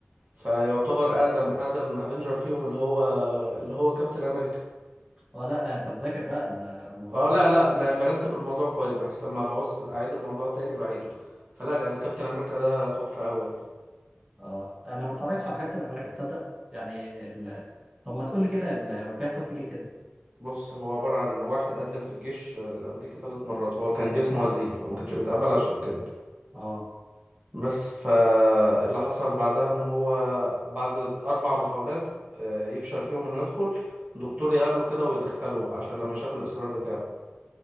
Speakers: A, on the right; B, on the right.
A: فيعتبر اقدم اقدم افنجر فيهم اللي هو اللي هو كابتن امريكا
B: اه لا لا انت مذاكر بقى ال- الموضوع
A: اه
B: ده
A: لا لا م- مرتب الموضوع كويس بحيث لما بعوز اعيد الموضوع تاني بعيده فلا يعني كابتن امريكا ده تحفه قوي يعني
B: اه انا ما اتفرجتش على كابتن امريكا تصدق يعني ال... طب ما تقول لي كده ال- بيحصل في ايه كده
A: بص هو عبارة عن واحد قدم في الجيش الأمريكي ثلاث مرات هو كان جسمه هزيل فما كانش بيتقبل عشان كده
B: اه
A: بس فاللي حصل بعدها إن هو بعد أربع محاولات آه، يفشل فيهم إنه يدخل دكتور يقابله كده ويدخله عشان لما شاف الإصرار بتاعه